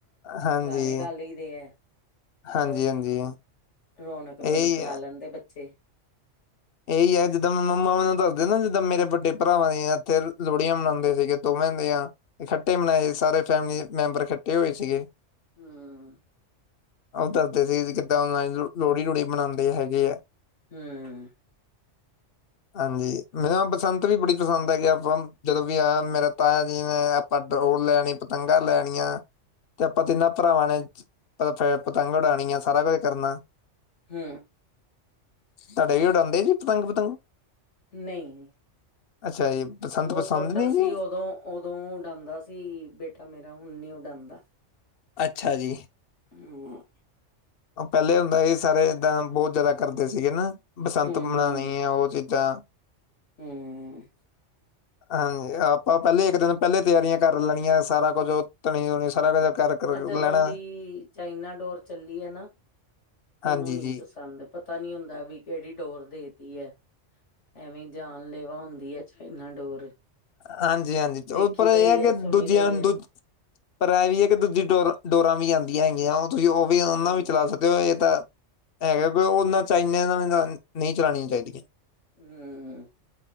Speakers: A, on the left; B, on the left.
A: ਹਾਂਜੀ,
B: ਗਾਣੇ ਗਾ ਲਈ ਦੇ ਹੈ। ਚਲੋ
A: ਹਾਂਜੀ-ਹਾਂਜੀ,
B: ਜੀ, ਰੌਣਕ ਰੌਣਕ
A: ਇਹੀ
B: ਲਾ ਲੈਂਦੇ ਬੱਚੇ‌।
A: ਇਹੀ ਹੈ ਜਿੱਦਾਂ ਮੈਂ ਮੰਮਾ ਮੈਨੂੰ ਦੱਸਦੇ ਨਾ ਜਿੱਦਾਂ ਮੇਰੇ ਵੱਡੇ ਭਰਾਵਾਂ ਦੀ ਇੱਥੇ ਲੋਹੜੀਆਂ ਮਨਾਉਂਦੇ ਸੀਗੇ ਤੋਵੇਂ ਦੀਆਂ ਇਕੱਠੇ ਮਨਾਏ ਸਾਰੇ ਫੈਮਿਲੀ ਮੈਂਬਰ ਕੱਠੇ ਹੋਏ ਸੀਗੇ।
B: ਹਮ।
A: ਉਹ ਦੱਸਦੇ ਸੀ ਕਿੱਦਾਂ <unintelligible> ਲੋਹੜੀ ਲੂੜੀ ਮਨਾਉਂਦੇ ਹੈਗੇ ਹੈ।
B: ਹਮ।
A: ਹਾਂਜੀ, ਮੈਨੂੰ ਬਸੰਤ ਵੀ ਬੜੀ ਪਸੰਦ ਹੈਗੀ ਆਪਾਂ ਜਦੋਂ ਵੀ ਆਇਆ ਮੇਰਾ ਤਾਇਆ ਜੀ ਨੇ ਪਡਰੋਲ ਲੈਨੀ, ਪਤੰਗਾਂ ਲੈਣੀਆਂ ਤੇ ਆਪਾਂ ਤਿੰਨਾਂ ਭਰਾਵਾਂ ਨੇ ਫੇਰ ਪਤੰਗ ਉਡਾਉਣੀਆ ਸਾਰਾ ਕੁਝ ਕਰਨਾ।
B: ਹਮ।
A: ਤਾਡੇ ਵੀ ਉਡਾਉਂਦੇ ਜੀ, ਪਤੰਗ ਪਤੰਗ?
B: ਨਹੀਂ
A: ਅੱਛਾ ਜੀ। ਬਸੰਤ
B: ਬਹੁਤ
A: ਪਸੰਦ
B: ਛੋਟਾ
A: ਨਹੀਂ ਜੀ
B: ਸੀ ਉਦੋਂ, ਉਦੋਂ ਉਡਾਉਂਦਾ ਸੀ ਬੇਟਾ ਮੇਰਾ, ਹੁਣ ਨੀ ਉਡਾਉਂਦਾ।
A: ਅੱਛਾ ਜੀ।
B: ਹਮ ਹਾਂ।
A: ਉਹ ਪਹਿਲੇ ਹੁੰਦਾ ਸੀ, ਸਾਰੇ ਐਦਾਂ ਬਹੁਤ ਜ਼ਿਆਦਾ ਕਰਦੇ ਸੀਗੇ ਨਾ। ਬਸੰਤ
B: ਹਮ
A: ਮਨਾਉਣੀ, ਉਹ ਚੀਜ਼ਾਂ
B: ਹਮ
A: ਹਾਂਜੀ ਆਪਾਂ ਪਹਿਲੇ ਇੱਕ ਦਿਨ ਪਹਿਲੇ ਤਿਆਰੀਆਂ ਕਰ ਲੈਨੀਆਂ, ਸਾਰਾ ਕੁੱਝ ਉਹ ਧਨੀ ਧੁਨੀ ਸਾਰਾ ਕੁਝ ਕਰ ਕਰ
B: ਆ ਜਦੋਂ
A: ਲੈਣਾ
B: ਦੀ ਚਾਈਨਾ ਡੋਰ ਚੱਲੀ ਐ ਨਾ, ਮੈਨੂੰ
A: ਹਾਂਜੀ
B: ਨੀ
A: ਜੀ
B: ਪਸੰਦ। ਪਤਾ ਨੀ ਹੁੰਦਾ ਵੀ ਕਿਹੜੀ ਡੋਰ ਦੇਤੀ ਐ, ਐਵੇਂ ਜਾਣ ਲ ਉਹ ਹੁੰਦੀ ਹੈ ਚਾਈਨਾ ਡੋਰ।
A: ਹਾਂਜੀ -ਹਾਂਜੀ
B: ਦੇਖੀ
A: ਉ ਪਰ
B: ਦਾ
A: ਐਹ
B: ਹੀ
A: ਹੈ ਕਿ
B: ਸੁਣੀ
A: ਦੂਜੀਆਂ
B: ਦਾ ਹੀ ਹੈ
A: ਦੂਜ ਪਰ ਐਹ ਵੀ ਹੈ ਕਿ ਦੂਜੀ ਡੋਰ ਡੋਰਾਂ ਵੀ ਆਂਦੀਆਂ ਹੈਗੀਆਂ ਉਹ ਤੁਸੀਂ ਉਹ ਵੀ ਉਹਨਾਂ
B: ਹਮ
A: ਵੀ ਚਲਾ ਸਕ। ਤੇ ਇਹ ਤਾਂ ਹੈਗਾ ਕਿ ਉਹਨਾਂ ਚਾਈਨਾ ਚਾਈਨ ਨਹੀਂ ਚਲਾਣੀਆਂ ਚਾਹੀਦੀਆਂ।
B: ਹਮਮ।